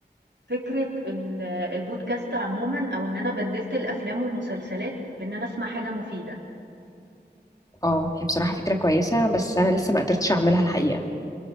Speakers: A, on the right (about 85°); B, on the left (about 20°).
A: فكرة ال البودكاست عمومًا أو إن أنا بدِّلت الأفلام والمسلسلات بإن أنا أسمع حاجة مفيدة.
B: اه هي بصراحة فكرة كويسة بس أنا لسه ما قدرتش أعملها الحقيقة